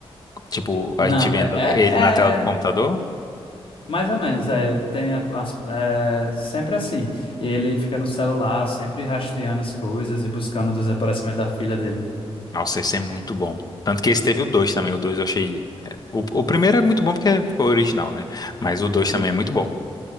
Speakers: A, on the left; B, on the left.
A: Tipo,
B: Não,
A: a gente vendo
B: é,
A: ele
B: é
A: na tela do computador?
B: é mais ou menos, é, ele tem a- as- é, sempre assim. Ele fica no celular, sempre rastreando as coisas e buscando o desaparecimento da filha dele.
A: Nossa, esse é muito bom. Tanto que esse teve o 2 também. O 2 eu achei. é, O, o primeiro é muito bom porque ficou original, né? Mas o 2 também é muito bom.